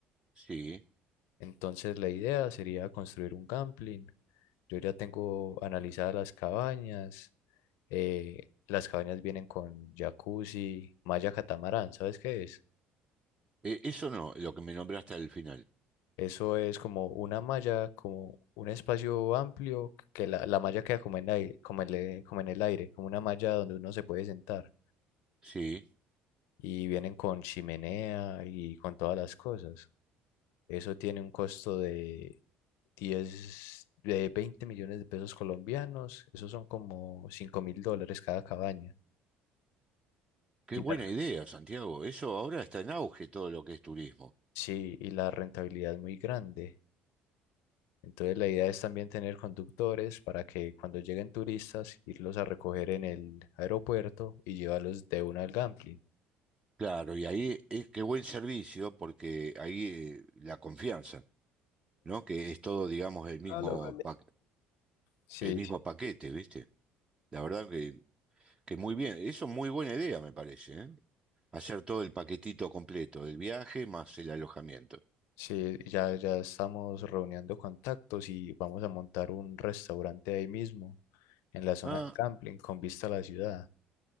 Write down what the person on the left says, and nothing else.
Entonces la idea sería construir un camping Yo ya tengo analizadas las cabañas. eh, las cabañas vienen con jacuzzi, malla catamarán, ¿sabes qué es?
Eso es como una malla, como un espacio amplio, que la, la malla queda como en aire, como en el, como en el aire, como una malla donde uno se puede sentar.
Y vienen con chimenea y con todas las cosas. Eso tiene un costo de 10 de 20 millones de pesos colombianos. Esos son como cinco mil dólares cada cabaña.
Y
la,
Sí, y la rentabilidad es muy grande. Entonces la idea es también tener conductores para que cuando lleguen turistas, irlos a recoger en el aeropuerto y llevarlos de una al gambling.
Ah, lo gané.
Sí,
sí,
sí, ya, ya estamos reuniendo contactos y vamos a montar un restaurante ahí mismo, en la zona
del gambling, con vista a la ciudad.